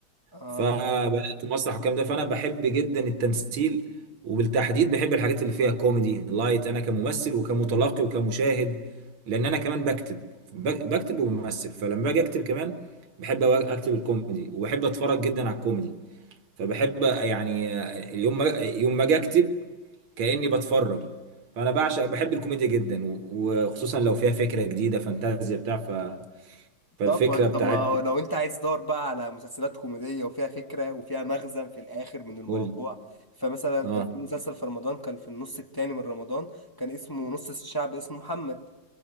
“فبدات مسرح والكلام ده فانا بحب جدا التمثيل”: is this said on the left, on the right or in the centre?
Right